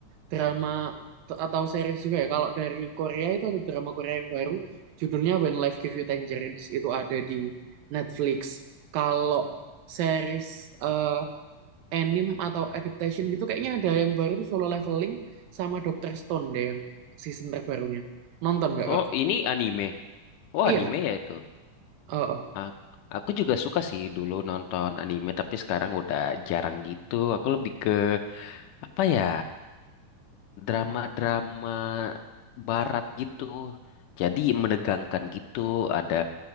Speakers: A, on the right (about 85°); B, on the left (about 75°).
A: drama t- atau series juga ya. Kalau dari Korea itu ada drama Korea yang baru judulnya When Life Gives You Tangerines itu ada di Netflix. Kalau series eh, anime atau adaptation gitu kayaknya ada yang baru tuh Solo Leveling sama Doctor Stone deh yang season terbarunya. Nonton nggak Kak?
B: Oh, ini anime. Oh,
A: Iya,
B: anime ya itu.
A: heeh.
B: Ah, Aku juga suka sih dulu nonton anime, tapi sekarang udah jarang gitu. Aku lebih ke apa ya? drama-drama barat gitu. Jadi menegangkan gitu, ada